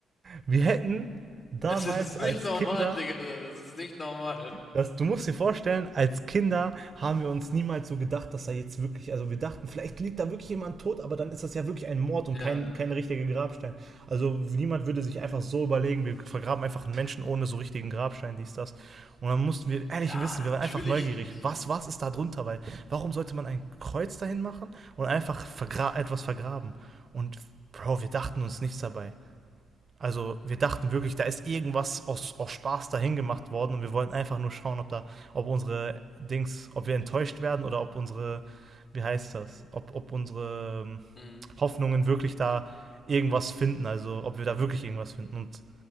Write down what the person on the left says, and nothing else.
Es ist nicht
normal,
Digga. Das ist nicht normal.
Ja.
Ja,
natürlich
nicht.
Mhm.